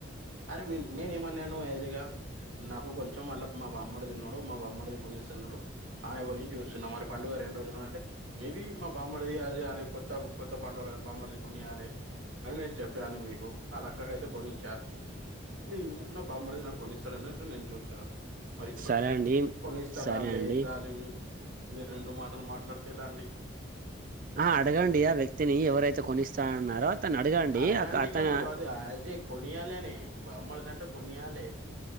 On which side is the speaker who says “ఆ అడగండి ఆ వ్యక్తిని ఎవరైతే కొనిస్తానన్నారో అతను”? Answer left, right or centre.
Right